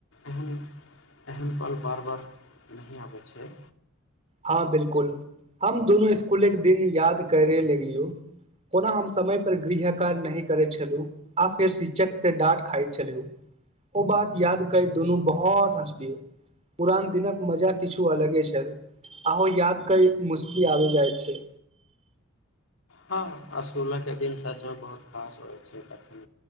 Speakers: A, on the left; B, on the right.
A: एहन एहन पल बार बार नहि आबै छै
B: हँ बिलकुल हम दुनू स्कूलके दिन याद करे लगलियौ कोना हम समयपर गृह कार्य नहि करै छलहु आ फेर शिक्षक से डाँट खाइत छलियहु ओ बात याद कर दुनू बहुत हँसलियौ पुरान दिनक मजा किछु अलगे छल आो याद कई मुशकी आ जाइत छै
A: हँ स्कूलके दिन सचो बहुत खास होइ छै तखन